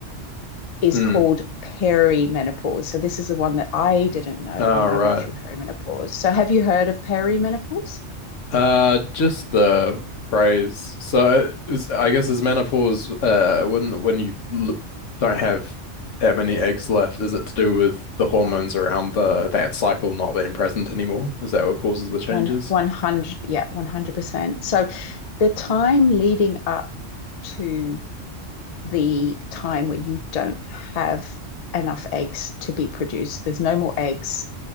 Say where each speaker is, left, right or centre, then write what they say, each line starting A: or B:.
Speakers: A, on the left; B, on the left.
A: is
B: Mm.
A: called perimenopause. So this is the one that I didn't know
B: All
A: when I
B: right.
A: went through perimenopause. So have you heard of perimenopause?
B: Uh, just the phrase. So uh, is, I guess is menopause uh when when you l don't have that many eggs left, is it to do with the hormones around the that cycle not being present anymore? Is that what causes the changes?
A: One one hundred, yeah, one hundred percent. So the time leading up to the time when you don't have enough eggs to be produced. There's no more eggs